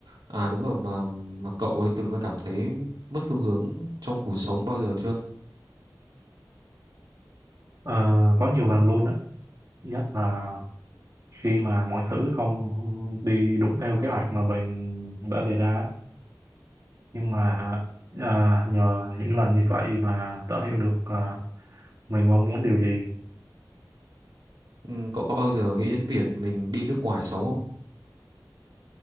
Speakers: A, on the right (about 80°); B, on the right (about 50°).
A: à đúng rồi mà mà cậu ấy từng cảm thấy mất phương hướng trong cuộc sống bao giờ chưa
B: Ờ, có nhiều lần luôn á nhất là khi mà mọi thứ không đi đúng theo kế hoạch mà mình đã đề ra á. nhưng mà ờ, nhờ những lần như vậy mà tớ hiểu được là mình mong muốn điều gì
A: ừ, cậu có bao giờ nghĩ đến việc mình đi nước ngoài sống không